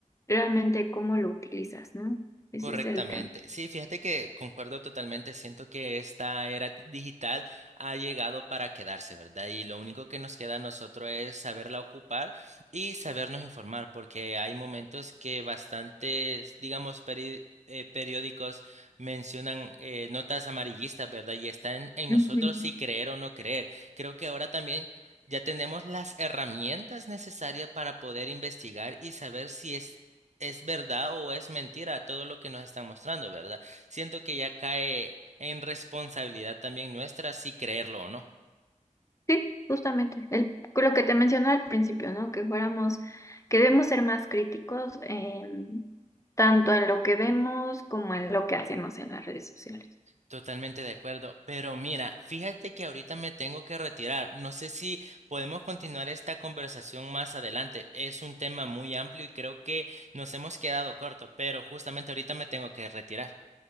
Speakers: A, on the left (about 20°); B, on the right (about 60°).
A: realmente cómo lo utilizas, ¿no? Ese
B: Correctamente.
A: es el tema.
B: Sí, fíjate que concuerdo totalmente. Siento que esta era t- digital ha llegado para quedarse, ¿verdad? Y lo único que nos queda a nosotros es saberla ocupar y sabernos informar, porque hay momentos que bastantes, digamos, peri- eh, periódicos mencionan eh, notas amarillistas, ¿verdad? Y está en, en
A: Ujú.
B: nosotros si creer o no creer. Creo que ahora también ya tenemos las herramientas necesarias para poder investigar y saber si es es verdad o es mentira todo lo que nos están mostrando, ¿verdad? Siento que ya cae en responsabilidad también nuestra si creerlo o no.
A: Sí, justamente. El, lo que te mencioné al principio, ¿no? Que fuéramos, que debemos ser más críticos en tanto en lo que vemos como en lo que hacemos en las redes sociales.
B: Totalmente de acuerdo. Pero mira, fíjate que ahorita me tengo que retirar. No sé si podemos continuar esta conversación más adelante. Es un tema muy amplio y creo que nos hemos quedado corto, pero justamente ahorita me tengo que retirar.